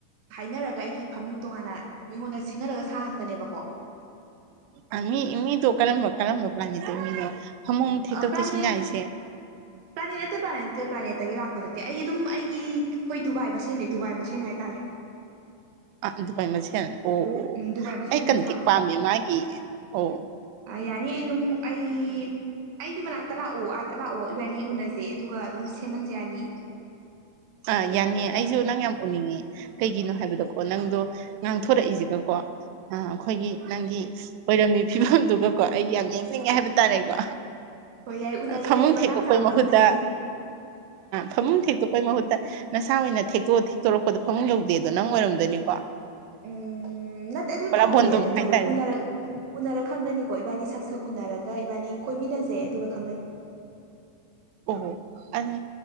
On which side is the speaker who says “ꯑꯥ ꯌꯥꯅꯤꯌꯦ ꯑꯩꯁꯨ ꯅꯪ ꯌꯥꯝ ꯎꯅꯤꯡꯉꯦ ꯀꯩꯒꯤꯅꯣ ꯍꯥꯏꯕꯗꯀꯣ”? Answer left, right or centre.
Right